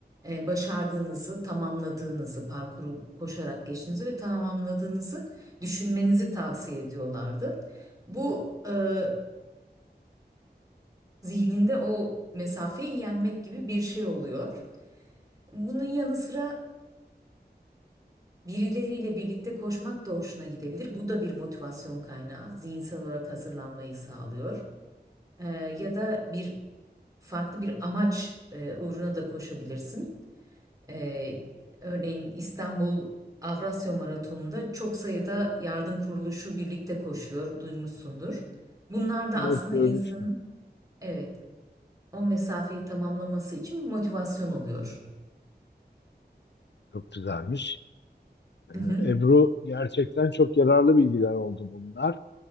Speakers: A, on the right; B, on the left.
A: e, başardığınızı, tamamladığınızı, parkuru koşarak geçtiğinizi ve tamamladığınızı düşünmenizi tavsiye ediyorlardı. Bu e, zihninde o mesafeyi yenmek gibi bir şey oluyor. Bunun yanı sıra Birileriyle birlikte koşmak da hoşuna gidebilir. Bu da bir motivasyon kaynağı. Zihinsel olarak hazırlanmayı sağlıyor. Ee, ya da bir farklı bir amaç e, uğruna da koşabilirsin. Ee, örneğin İstanbul Avrasya Maratonu'nda çok sayıda yardım kuruluşu birlikte koşuyor, duymuşsundur. Bunlar da
B: Evet
A: aslında
B: görmüştüm.
A: insanın evet o mesafeyi tamamlaması için bir motivasyon oluyor.
B: Çok güzelmiş. E,
A: Hı hı,
B: Ebru gerçekten çok yararlı bilgiler oldu bunlar.